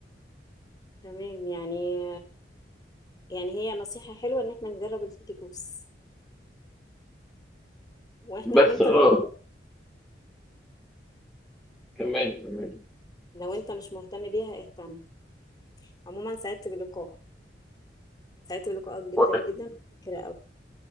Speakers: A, on the left; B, in the centre.
A: تمام يعني يعني هي نصيحة حلوة ان احنا نجرب الكيكي بوس واحنا
B: بس
A: وانت
B: اه
A: لازم تجرب.
B: كمان كمان
A: لو انت مش مهتم بيها اهتم عموما سعدت بلقائك سعدت بلقائك جدا
B: وأنا-
A: جدا كده